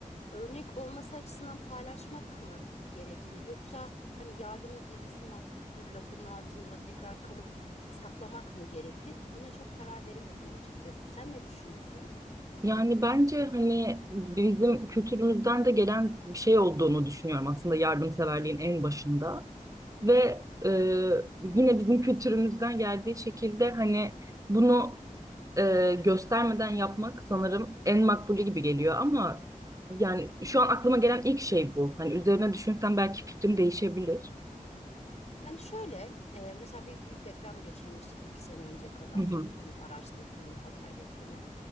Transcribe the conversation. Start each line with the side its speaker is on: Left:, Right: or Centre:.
Left: Örnek olması açısından paylaşmak mı gerekli? Yoksa hani yardımın gizlisi makbuldür lafının altında tekrar kalıp saklamak mı gerekli? Buna çok karar veremedim açıkçası. Sen ne düşünüyorsun?
Right: Yani bence hani bizim kültürümüzden de gelen bir şey olduğunu düşünüyorum aslında yardımseverliğin en başında ve e, yine bizim kültürümüzden geldiği şekilde hani bunu e, göstermeden yapmak sanırım en makbulü gibi geliyor ama yani şu an aklıma gelen ilk şey bu. Hani üzerine düşünsem belki fikrim değişebilir.
Left: Yani şöyle, e, mesela bir büyük deprem geçirmiştik iki sene önce kadar.
Right: Hı hı.
Left: Maraş depremi, Hatay depremi.